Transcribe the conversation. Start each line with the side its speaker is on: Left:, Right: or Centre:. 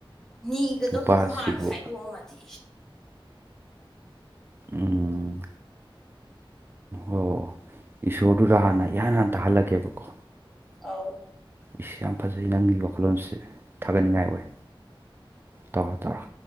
Centre: ꯅꯤꯒꯗꯕꯕꯨ
Right: ꯅꯨꯄꯥꯁꯤꯕꯨ
Centre: ꯍꯥꯟꯅ ꯈ ꯍꯥꯏꯗꯣꯛꯑꯝꯃꯗꯤ
Right: ꯎꯝ ꯑꯣ ꯏꯁꯣꯔꯗꯨꯗ ꯍꯥꯟꯅ ꯏꯍꯥꯟ ꯍꯥꯟ ꯇꯥꯜꯒꯦꯕꯀꯣ
Centre: ꯑꯥꯎ
Right: ꯏꯁ ꯌꯥꯝ ꯐꯖꯩ ꯅꯪꯒꯤ ꯋꯥꯈꯜꯂꯣꯟꯁꯦ ꯊꯥꯒꯠꯅꯤꯡꯉꯥꯏ ꯑꯣꯏ ꯇꯧꯔ ꯇꯧꯔ